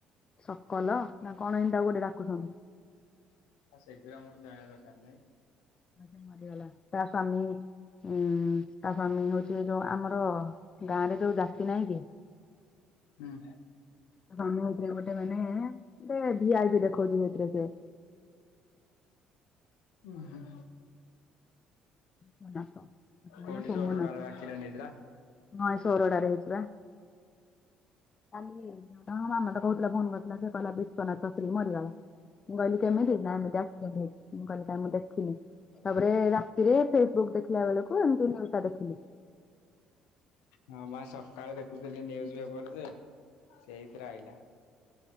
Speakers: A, on the left (about 35°); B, on the left (about 80°).
A: ସକଲ ନା କଣ ଏଇନ୍ତି ତାକୁ ଗୋଟେ ଡାକୁଛନ୍ତି।
B: ଆ ସେଗୁରା ମୋର ଜାଣିବା ଦରକାର ନାହିଁ।
A: ହଁ ସେ ମରିଗଲା ତା ସ୍ୱାମୀ ହୁଁ ତା ସ୍ୱାମୀ ହୋଉଛି ଏ ଯୋଉ ଆମର ଗାଁ ରେ ଯୋଉ ଡାକି ନାହିଁ କି?
B: ହୁଁ।
A: ହ ତମେ ହେଇଥିରେ ଗୋଟେ ମାନେ ଗୋଟେ ଭିଆଇପି ଦେଖଉଛି ହେଇଥିରେ ସେ
B: ଉଁ ହୁଁ।
A: ମୋ ନା କ ମୋ
B: କୋଉଠି
A: ନା ସୋମନାଥ
B: ସୋରଡାର ବାକିରେ ନେଇଥିଲା
A: ହଁ ଏଇ ସୋରଡ଼ାରେ ହେଇଥିଲା। କାଲି ତାଙ୍କ ମାମା ତ କହୁ ଥିଲା ଫୋନ କରିଥିଲା ଯେ କହିଲା ବି ଶ୍ୱନାଥ ସ୍ତ୍ରୀ ମରିଗଲା ମୁଁ କହିଲି କେମିତି ନା ଏମିତି ଆକ୍ସିଡେଣ୍ଟ ହେଇଚି। ମୁଁ କହିଲି କାଇଁ ମୁଁ ଦେଖିନି ତାପରେ ରାତିରେ ଫେସବୁକ୍ ଦେଖିଲା ବେଳକୁ ଏମିତି ନ୍ୟୁଜ ଟା ଦେଖିଲି।
B: ହଁ ମୁଁ ଆଜି ସକାଳେ ଦେଖୁଥିଲି ନେଇଯିବା ପରେ ଯେ ସେଇଥିରେ ଆଇଲା।